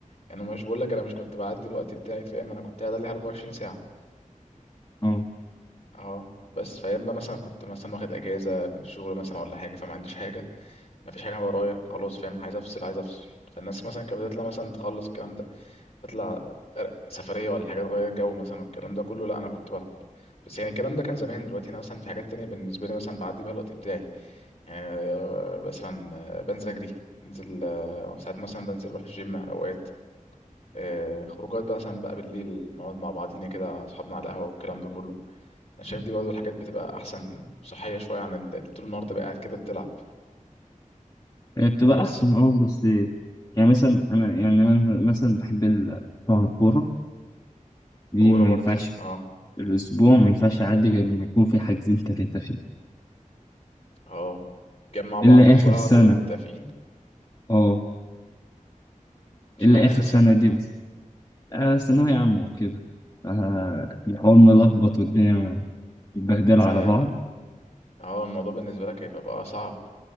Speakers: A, on the left; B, on the left.
A: يعني مش بقول لك انا مش كنت بعدي الوقت بتاعي فاهم انا كنت قاعد عليها 24 ساعه
B: اه
A: اه بس فاهم بقى مثلا كنت مثلا واخد اجازه من الشغل مثلا ولا حاجه فما عنديش حاجه ما فيش حاجه ورايا خلاص فاهم عايز افصل عايز افصل فالناس مثلا كانت بتطلع مثلا تخلص الكلام ده تطلع سفرية ولا حاجة تغير جو مثلا والكلام ده كله لا أنا كنت بلعب بس يعني الكلام ده كان زمان دلوقتي أنا مثلا في حاجات تانية بالنسبة لي مثلا بعدي بيها الوقت بتاعي يعني آه، مثلا آه، بنزل أجري بنزل آه، ساعات مثلا بنزل أروح الجيم أوقات آه، خروجات بقى مثلا بقى بالليل نقعد مع بعضينا كده أصحابنا على القهوة والكلام ده كله أنا شايف دي برضه الحاجات بتبقى أحسن صحية شوية عن ال- طول النهار تبقى قاعد كده بتلعب
B: هي بتبقى
A: بس
B: احسن اه بس يعني مثلا انا يعني انا مثلا بحب ال- طبعا الكوره دي
A: كورة
B: ما
A: برضه
B: ينفعش
A: اه
B: الاسبوع ما ينفعش يعدي غير لما يكون في حاجزين ثلاثه فيه
A: اه جمع بعضيكوا
B: الا اخر
A: بقى
B: سنه
A: بتبقى متفقين
B: اه
A: اشمعنى
B: الا اخر
A: آخر
B: سنه دي بس آه ثانوية عامة وكده آه الحوار ملخبط
A: سنة
B: والدنيا متبهدلة
A: فهو
B: على بعض
A: الموضوع بالنسبة لك هيبقى بقى صعب